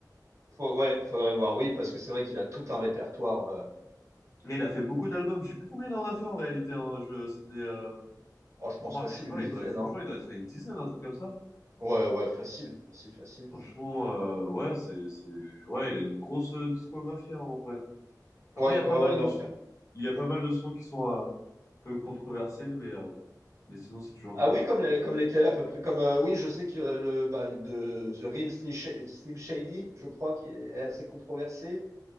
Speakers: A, on the right; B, on the left.
A: Faut- ouais, faudrait voir, oui, parce que c'est vrai qu'il a tout un répertoire. euh,
B: Mais il a fait beaucoup d'albums. Je sais plus combien il en a fait en réalité. Hein. Je c'était euh...
A: oh, je pense
B: ouah,
A: facile,
B: je sais pas,
A: une dizaine,
B: il doit franchement,
A: hein.
B: il doit être à une dizaine, un truc comme ça.
A: Ouais, ouais, facile, facile, facile.
B: Franchement, euh, ouais, c'est, c'est, ouais, il a une grosse euh, discographie, hein, en vrai. Après,
A: Ouais,
B: il y a pas
A: ouais,
B: mal
A: ouais,
B: de
A: non,
B: sons,
A: carrément.
B: il y a pas mal de sons qui sont euh, un peu controversés, mais, euh, mais sinon, c'est toujours
A: Ah
B: cool.
A: oui, comme les, comme lesquels à peu près, comme euh, oui, je sais que euh, le, bah, le- de The Rim Slim Sha- Slim Shady, je crois, qui est assez controversé.